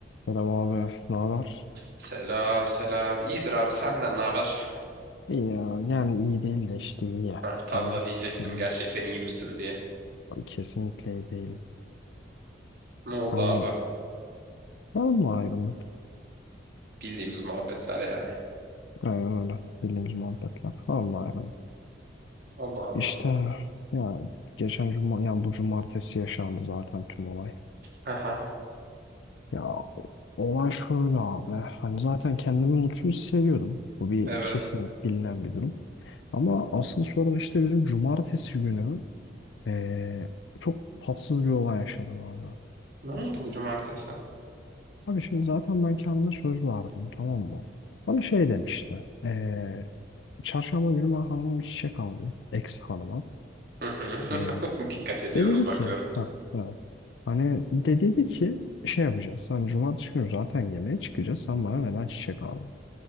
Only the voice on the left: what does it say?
Selam abi, ne haber?
İyi ya, yani iyi değil de işte iyi ya.
Hani
öyle.
Kesinlikle iyi değil.
Hani
hanımla ayrıldık.
Aynen öyle. Bildiğimiz muhabbetler. Hanımla ayrıldık.
İşte ya geçen cuma, yani bu cumartesi yaşandı zaten tüm olay.
Ya olay şöyle abi. Hani zaten kendimi mutsuz hissediyordum. Bu bir
kesinlik bilinen bir durum. Ama asıl sorun işte bizim cumartesi günü eee, çok tatsız bir olay yaşadım abi.
Abi şimdi zaten ben kendime söz verdim tamam mı? Bana şey demişti. Eee çarşamba günü ben hanıma bir çiçek aldım. Ex hanıma.
Eee
de dedi
ki ha, evet. Hani de dedi ki şey yapacağız. Hani cumartesi günü zaten yemeğe çıkacağız. Sen bana neden çiçek aldın?